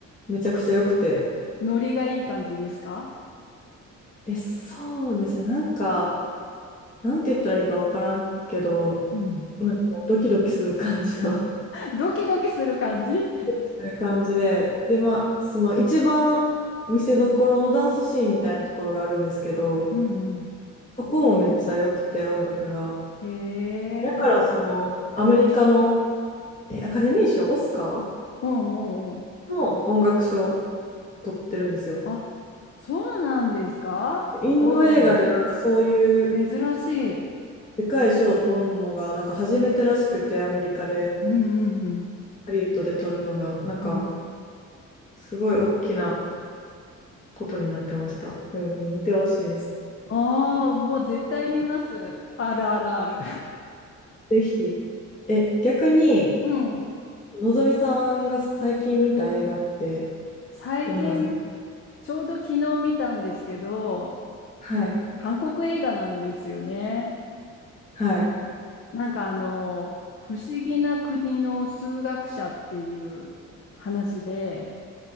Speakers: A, on the left (about 25°); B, on the left (about 45°).
A: めちゃくちゃ良くて。
B: ノリがいい感じですか
A: え、そうですね。なんか、なんて言ったらいいかわからんけど、
B: うん。
A: なんかもうドキドキする感じの <laughs> ドキ
B: ドキドキする感じ
A: ドキ <laughs> する感じで。で、まあ、その一番見せどころのダンスシーンみたいなところがあるんですけど、
B: うんうん。
A: そこもめっちゃ良くて、音楽が。
B: へえ。
A: だから、その、アメリカの、え、アカデミー賞、オスカー
B: うんうんうん。
A: の音楽賞を取ってるんですよ。
B: あ、そうなんですかおお
A: インド映画でなんかそういう
B: ー珍しい。
A: でかい賞を取るのが、なんか初めてらしくて、アメリカで、
B: うんうん
A: ハリウッドで取るのが、なんか、
B: うん。うん
A: すごい大きなことになってました。うん、見てほしいです。
B: ああ、もう絶対見ます。あるあるある。
A: ぜひ。え、逆に、
B: <laughs> うん
A: のぞみさんが最近見た映画って、
B: 最近、
A: どんな、
B: ちょうど昨日見たんですけど、
A: はい、
B: 韓国映画なんですよね。
A: はい。
B: なんかあの、不思議な国の数学者っていう話で、